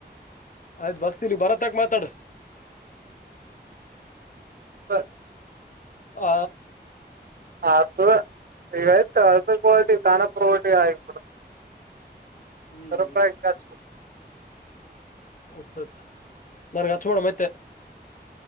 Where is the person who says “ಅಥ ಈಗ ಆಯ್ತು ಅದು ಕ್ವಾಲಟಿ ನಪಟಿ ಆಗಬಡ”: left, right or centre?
Right